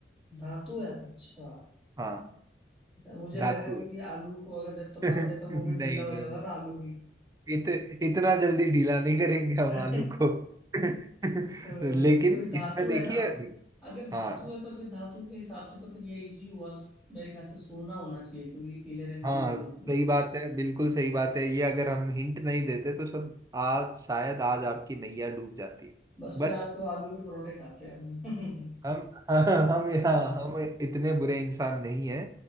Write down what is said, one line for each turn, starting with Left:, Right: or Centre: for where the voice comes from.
Centre: धातु है अच्छा
Right: हूँ हाँ
Centre: तो मुझे लगा
Right: धातु
Centre: क्योंकि
Right: <laughs>
Centre: आलू को अगर जब तपाते
Right: नहीं
Centre: हैं तो वो भी ढीला हो
Right: नहीं
Centre: जाता है ना आलू भी
Right: इत, इतना जल्दी ढीला नहीं करेंगे
Centre: <laughs>
Right: हम आलू को <laughs>
Centre: तो
Right: लेकिन
Centre: कोई धातु
Right: इसमें देखिए
Centre: है ना अगर धातु
Right: हाँ
Centre: है तो फिर धातु के हिसाब से तो फिर ये इजी हुआ मेरे ख्याल से सोना होना चाहिए क्योंकि पीले रंग
Right: हाँ
Centre: की वही होती है
Right: सही बात है बिल्कुल सही बात है ये अगर हम हिंट नहीं देते तो सब आज शायद आज आपकी नैया डूब जाती है
Centre: बस
Right: बट
Centre: फिर आज तो आलू के परोठे खाते हैं हम।
Right: हम <laughs> हाँ, हम
Centre: <laughs>
Right: हाँ हम इतने बुरे इंसान नहीं हैं